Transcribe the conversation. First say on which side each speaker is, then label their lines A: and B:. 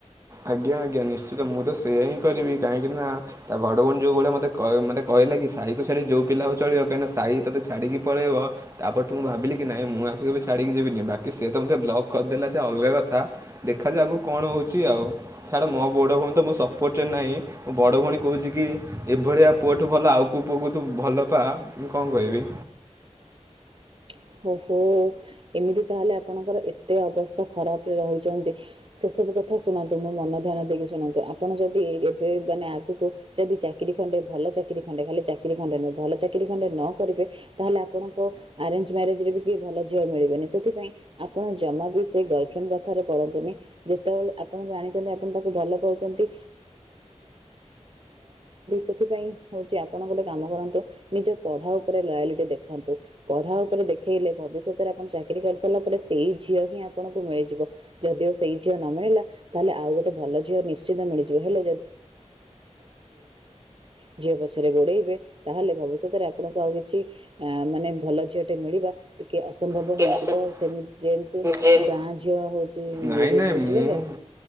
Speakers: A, on the right; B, on the right.
A: ଆଜ୍ଞା ଆଜ୍ଞା ନିଶ୍ଚିତ ମୁଁ ତ ସେୟା ହିଁ କରିବି କାହିଁକି ନା ତା ବଡ ଭଉଣୀ ଯୋଉ ଭଳିଆ ମତେ କ ମୋତେ କ କହିଲା କି ସାଇକୁ ଛାଡି ଯୋଉ ପିଲା ହଉ ଚଳିବ କାହିଁକିନା ସାଇ ତତେ ଛାଡିକି ପଳେଇବ ତା ପରଠୁ ମୁଁ ଭାବିଲି କି ନାଇ ମୁଁ ଆ ମୁଁ କେବେ ଛାଡ଼ିକି ଯିବିନି ବାକି ସେ ତ ମୋତେ ବ୍ଲକ କରିଦେଲା ସେ ଅଲଗା କଥା ଦେଖାଯାଉ ଆଗକୁ କଣ ହଉଛି ଆଉ। ଛାଡ ମୋ ବଡ ଭଉଣୀ ତ ମୁଁ ସପୋର୍ଟରେ ନାହିଁ ମୁଁ ବଡ଼ ଭଉଣୀ କହୁଛି କି ଏଭଳିଆ ପୁଅଠୁ ଭଲ ଆଉ କେଉଁ ପୁଅକୁ ତୁ ଭଲ ପା ମୁଁ କଣ କହିବି
B: <inaudible> ଓହୋ ଏମିତି ତାହେଲେ ଆପଣଙ୍କର ଏତେ ଅବସ୍ଥା ଖରାପରେ ରହିଛନ୍ତି ସେ ସବୁ କଥା ଶୁଣନ୍ତୁ ମୁଁ ମନ ଧ୍ୟାନ ଦେଇକି ଶୁଣନ୍ତୁ ଆପଣ ଯଦି ଏବେ ମାନେ ଆଗକୁ ଯଦି ଚାକିରୀ ଖଣ୍ଡେ। ଭଲ ଚାକିରି ଖଣ୍ଡେ ଭଲ ଚାକିରି ଖଣ୍ଡେ ଭଲ ଚାକିରି ଖଣ୍ଡେ ନ କରିବେ ତାହେଲେ ଆପଣଙ୍କ ଆରେଞ୍ଜ ମ୍ୟାରେଜ ରେ ବି କେହି ଭଲ ଝିଅ ମିଳିବନି ସେଥିାଇଁ ଆପଣ ଜମା ବି ସେ ଗାର୍ଲଫ୍ରେଣ୍ଡ କଥାରେ ପଡନ୍ତୁନି ଯେତେବେଳେ ଆପଣ ଜାଣିଛନ୍ତି ଆପଣ ତାକୁ ଭଲ ପାଉଛନ୍ତି ସେଥିପାଇଁ ହଉଛି ଆପଣ ଗୋଟେ କାମ କରନ୍ତୁ ନିଜ ପଢା ଉପରେ ଲୟାଲିଟି ଦେଖାନ୍ତୁ ପଢା ଦେଖେଇଲେ ଭବିଷ୍ୟତରେ ଆପଣ ଚାକିରି କରିସାରିଲା ପରେ ସେଇ ଝିଅ ହିଁ ଆପଣଙ୍କୁ ମିଳିଯିବ ଯଦିଓ ସେଇ ଝିଅ ନ ମିଳିଲା ତାହେଲେ ଆଉ ଗୋଟେ ଭଲ ଝିଅ ନିଶ୍ଚିତ ମିଳିଯିବ ହେଲେ ଝିଅ ପଛରେ ଗୋଡେଇବେ ତାହେଲେ ଭବିଷ୍ୟତରେ ଆପଣଙ୍କୁ ଆଉ କିଛି ମାନେ ଭଲ ଝିଅଟେ ମିଳିବା କି ଅସମ୍ଭବ
A: ଟିକେ
B: ହେଇଯିବ
A: ଅସମ୍ମାନ
B: ସେମିତି ଯେମତି
A: ଜେନ୍
B: ଗାଁ ଝିଅ ହଉଛି
A: ନାଇଁ ନାଇଁ
B: ବୁଝିଗଲେ
A: ମୁଁ